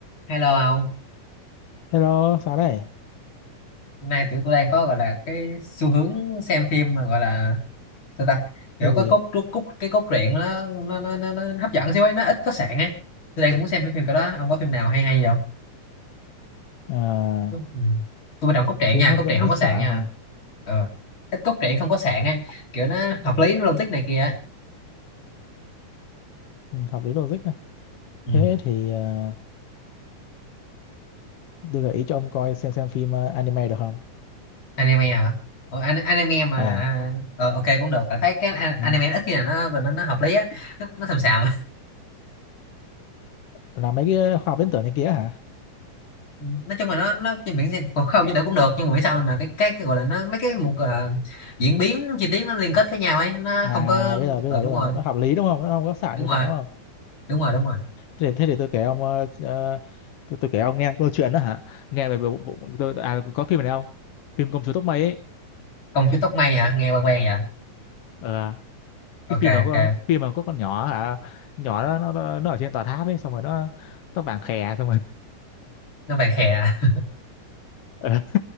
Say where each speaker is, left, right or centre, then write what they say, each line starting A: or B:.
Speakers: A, on the left; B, on the left.
A: Hello ông,
B: Hello, sáng này,
A: hôm nay tụi tôi đang có gọi là cái xu hướng xem phim mà gọi là sao ta kiểu
B: phim
A: có
B: gì?
A: cốt cốt, cốt cái cốt truyện nó nó, nó nó nó hấp dẫn xíu ấy nó ít có sạn ấy tôi đang muốn xem cái phim cái đó ông có phim nào hay hay không
B: À,
A: tôi ừ. Tôi quan trọng cốt truyện
B: phim
A: nha
B: hấp
A: cốt
B: dẫn
A: truyện không
B: ít
A: có
B: xạ
A: sạn nha
B: hả?
A: ờ. ít cốt truyện không có sạn ấy kiểu nó hợp lý nó logic này kia ấy.
B: Ừ, hợp lý logic à.
A: Ừ.
B: Thế thì à, tôi gợi ý cho ông coi xem xem phim à, anime được không?
A: anime hả Ờ, an- anime mà
B: À,
A: ờ, ok cũng được tại thấy cái an-
B: à,
A: anime ít khi nào nó nó, nó hợp lý á nó, nó xàm xàm
B: là mấy cái khoa học viễn tưởng này kia hả?
A: nói chung là nó nó trên biển thì còn không như đỡ cũng được nhưng mà biết sao là cái cái, cái gọi là nó mấy cái một ờ, diễn biến chi tiết nó liên kết với nhau ấy nó
B: À,
A: không có
B: bây giờ bây
A: ờ,
B: giờ
A: đúng
B: bây
A: rồi
B: giờ nó hợp lý đúng không? Nó không có xạ
A: đúng
B: nhiều
A: rồi
B: xạ đúng không?
A: đúng rồi đúng rồi
B: Thế, thế thì tôi kể ông ờ, ờ, tôi, tôi kể ông nghe câu chuyện đó hả? Nghe về bộ, bộ, tôi à có phim này không? Phim Công chúa tóc mây ấy.
A: công chúa tóc mây hả nghe quen quen vậy
B: Ờ, cái
A: ok
B: phim mà
A: ok
B: có phim mà có con nhỏ hả? Nhỏ nó nó nó ở trên tòa tháp ấy xong rồi nó tóc vàng khè xong rồi
A: nó vàng khè à.
B: <laughs>